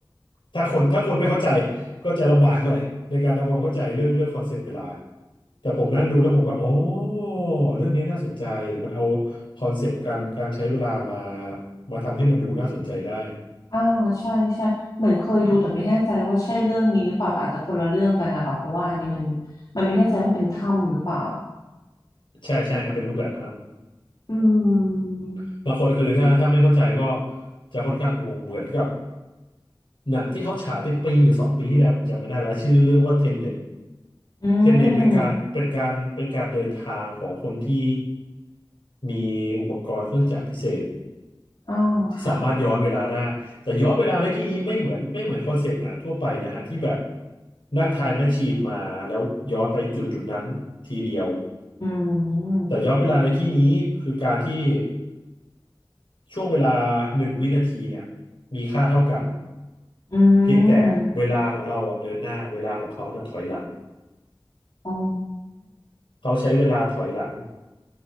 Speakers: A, on the left; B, on the left.
A: ถ้าคนถ้าคนไม่เข้าใจก็จะลำบากหน่อยในการทำความเข้าใจเรื่องเรื่องคอนเซปต์เวลา แต่ผมนั่งดูแล้วผมก็อ๋อเรื่องนี้น่าสนใจมันเอาคอนเซปต์การการใช้เวลามามาทำให้มันดูน่าสนใจได้
B: อ่าใช่ใช่เหมือนเคยดูแต่ไม่แน่ใจว่าใช่เรื่องนี้หรือเปล่าแต่อาจจะคนละเรื่องกันนะคะเพราะว่าอันนี้มัน
A: อืม
B: มันไม่แน่ใจว่าเป็นถ้ำหรือเปล่า
A: ใช่ใช่ครับเป็นรูปแบบถ้
B: อืม
A: ำบางคนคือถ้าถ้าไม่เข้าใจก็จะค่อนข้างงงเหมือนกับหนังที่เขาฉายไปปีหรือสองปีที่แล้วผมจำไม่ได้แล้วชื่อเรื่องว่าเทนเน็ต
B: อืม
A: เทนเน็ตเป็นการเป็นการเป็นการเดินทางของคนที่มีอุปกรณ์เครื่องจักรพิเศษ
B: อ้าวค่ะ
A: ที่สามารถย้อนเวลาได้แต่ย้อนเวลาในที่นี้ไม่เหมือนไม่เหมือนคอนเซปต์หนังทั่วไปนะฮะที่แบบนั่งไทม์แมชชีนมาแล้วย้อนไปจุดจุดนั้นทีเดียว
B: อืม
A: แต่ย้อนเวลาในที่นี้คือการที่ช่วงเวลาหนึ่งวินาทีเนี่ยมีค่าเท่ากัน
B: อืม
A: เพียงแต่เวลาของเราอ่ะเดินหน้าเวลาของเขาน่ะถอยหลัง
B: อ๋อ
A: เขาใช้เวลาถอยหลัง